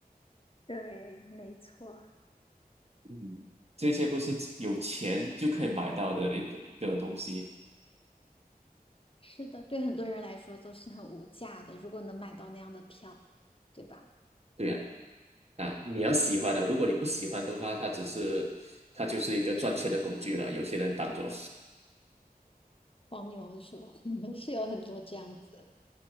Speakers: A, on the left; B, on the right.
A: 对，没错，
B: 嗯，这些不是有钱就可以买到的一个一个东西。
A: 是的，对很多人来说都是很无价的，如果能买到那样的票，对吧？
B: 对啊，啊，你要喜欢的，如果你不喜欢的话，它只是它就是一个赚钱的工具了，有些人当做
A: 黄牛是吧？<laughs> 嗯是有很多这样子。